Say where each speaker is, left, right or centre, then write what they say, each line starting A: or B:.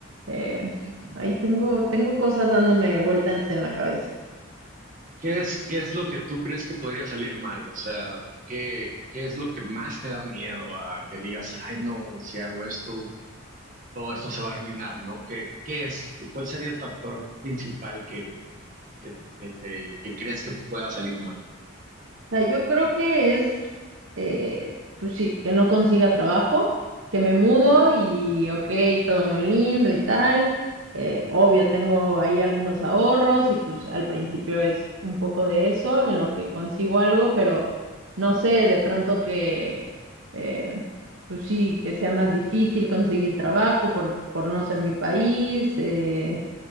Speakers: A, on the right; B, on the right.
A: Eh,
B: ujú.
A: ahí tengo, tengo cosas dándome vueltas en la cabeza.
B: ¿Qué es, qué es lo que tú crees que podría salir mal? O sea, ¿qué, qué es lo que más te da miedo a que digas, ay, no, si hago esto, todo esto se va a arruinar, ¿no? ¿Qué, qué es, qué- cuál sería el factor principal que, que, que te, que crees que pueda salir mal?
A: sea, yo creo que es, eh, pues sí, que no consiga trabajo, que me mudo y ok, todo muy lindo y tal. Eh, obvio, tengo ahí algunos ahorros y pues al principio es un poco de eso, en lo que consigo algo, pero no sé, de pronto que, eh, pues sí, que sea más difícil conseguir trabajo por, por no ser mi país. eh,